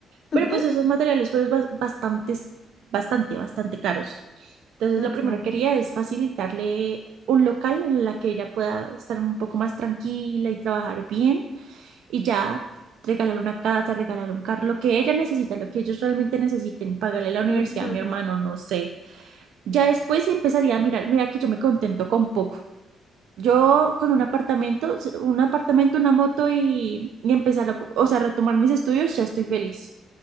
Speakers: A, on the right (about 75°); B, on the left (about 55°).
A: pero
B: Ujú,
A: pues esos materiales fueron bas- bastantes, bastante, bastante caros. Entonces
B: ujú,
A: lo primero que quería es facilitarle un local en la que ella pueda estar un poco más tranquila y trabajar bien y ya regalar una casa, regalar un carro, lo que ella necesita, lo que ellos realmente necesiten, pagarle la universidad
B: ujú.
A: a mi hermano, no sé. Ya después sí empezaría a mirar, mira que yo me contento con poco. Yo con un apartamento, un apartamento, una moto y, y empezar a, o sea, retomar mis estudios, ya estoy feliz.